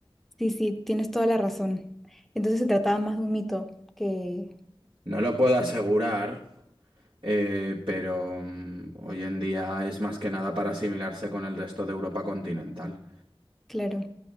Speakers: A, in the centre; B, on the right (about 60°).
A: Sí, sí, tienes toda la razón. Entonces se trataba más de un mito que,
B: No lo puedo asegurar. Eh, pero mm, hoy en día es más que nada para asimilarse con el resto de Europa continental.
A: claro.